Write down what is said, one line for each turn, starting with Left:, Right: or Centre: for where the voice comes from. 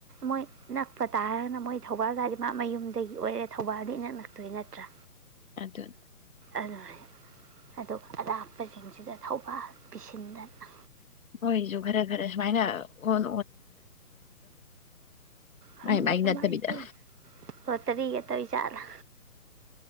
Right: ꯃꯣꯏ ꯅꯛꯄ ꯇꯥꯔꯒꯅ ꯃꯣꯏ ꯊꯧꯕꯥꯜꯗꯗ ꯇꯥꯔꯥꯗꯤ ꯃꯥ ꯃꯌꯨꯝꯗꯒꯤ ꯑꯣꯏꯔꯦ ꯊꯧꯕꯥꯜꯗꯤ ꯏ ꯅꯛ ꯅꯛꯇꯣꯏ ꯅꯠꯇ꯭ꯔꯥ
Left: ꯑꯗꯨꯅ
Right: ꯑꯗꯨꯅꯦ ꯑꯗꯨ ꯑꯗ ꯄꯁꯤꯡꯁꯤꯗ ꯊꯧꯕꯥꯜ ꯄꯤꯁꯤꯟꯗꯅ
Left: ꯃꯣꯏꯁꯨ ꯈꯔ ꯈꯔ ꯁꯨꯃꯥꯏꯅ ꯑꯣ
Right: ꯈꯪꯗꯤ
Left: ꯃꯥꯏ ꯃꯥꯏ
Right: ꯀꯃꯥꯏꯅ
Left: ꯅꯠꯇꯕꯤꯗ
Right: ꯇꯧꯔꯤꯅꯣ ꯂꯣꯇꯔꯤꯒ ꯇꯧꯏ ꯆꯥꯠꯂ